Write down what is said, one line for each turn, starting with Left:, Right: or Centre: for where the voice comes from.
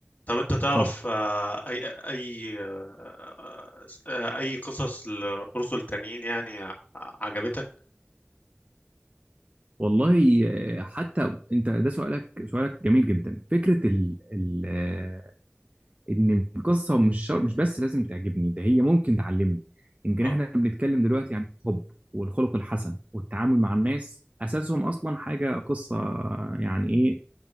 Left: طب انت تعرف
Right: اتفضل
Left: آه، اي اي آه، آه، اي قصص لرسل تانيين يعني ع- عجبتك
Right: والله آه، حتى أنت ده سؤالك سؤالك جميل جدا فكرة ال ال آه، ان القصه مش شر... مش بس لازم تعجبني ده هي ممكن تعلمني يمكن
Left: اه
Right: احنا بنتكلم دلوقتي عن الحب والخلق الحسن والتعامل مع الناس اساسهم اصلا حاجه قصه يعني ايه